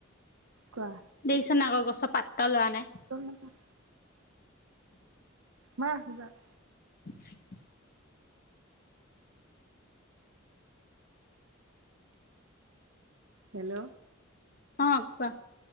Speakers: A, on the right; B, on the left.
A: কোৱা।
B: দেখিছনে আকৌ গছৰ পাত এটাও লৱা নাই।
A: গম নাপাওঁ। মা আছে যাওক
B: <inaudible>
A: হেল্ল'।
B: অহ। কোৱা।